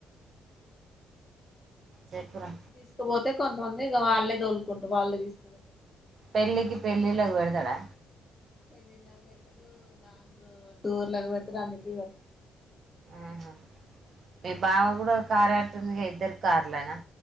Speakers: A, on the right (about 55°); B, on the left (about 25°).
A: చెప్పురా
B: కలిపి తీసుకుపోతే కొంతమంది ఇక వాళ్ళే తోలుకుంటారు వాళ్ళే తీసుకుపోతే
A: పెళ్ళికి పెళ్ళిలకు పేడతడా
B: పెళ్ళలకి పెడతాడు లాంగ్ టూర్ లకి పెడతాడు అన్నిటికి పెడతాడు
A: ఆహా మీ బావ కూడా కార్ ఎట్టింది ఇద్దరకి కార్లే నా